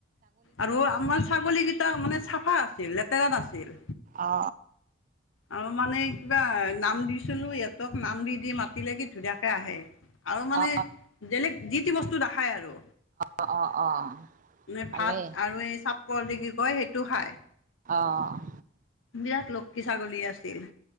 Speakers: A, on the left (about 85°); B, on the right (about 40°).
A: আৰু আমাৰ ছাগলী কেইটা মানে চাফা আছিল লেতেৰা নাছিল
B: অ
A: আৰু মানে কিবা নাম দিছিলো সিহঁতক নাম দি দি মাতিলে কি ধুনীয়াকৈ আহে আৰু মানে
B: অ
A: বেলেগ যিতি বস্তু নেখায় আৰু
B: অ অ অ
A: নে
B: ভালেই
A: ভাত আৰু এই চাপকল যি যি কয় সেইটো খাই
B: অহ
A: বিৰাট লক্ষী ছাগলী আছিল।